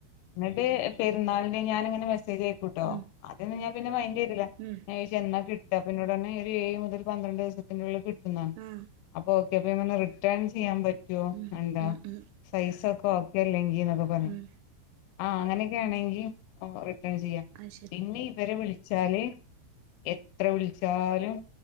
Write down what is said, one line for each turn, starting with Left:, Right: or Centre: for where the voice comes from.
Left: എന്നിട്ട് പരുന്നാളി ഞാനങ്ങെ മ് ആയിക്കോട്ടോ
Right: ഉം
Left: അതന്ന ഞാ പിന്നെ മൈൻഡ് ചെയ്തില്ല
Right: ഉം
Left: ഞ ചെന്ന കിട്ട അ പിന്നോടന്ന മുതൽ പന്ത്രണ്ട് ദിവസത്തിനുള്ള കട്ട
Right: ആഹ്
Left: അപ്പൊ ഇെ റിട്ടേൺ ചെയാൻ പറ്റും
Right: ഉം
Left: <unintelligible>
Right: ഉം ഉം
Left: ഓക്കെ അല്ലെങ്കിൽ
Right: ഉം
Left: <unintelligible> ആ അങ്ങനെയൊക്കെ ആണെങ്കിൽ അങ്ങനെ ചെയ്യാം
Right: അത് ശരി
Left: പിന്നെ ഇവരെ വിളി വിച്ചാല് എത്ര വിളിച്ചാലും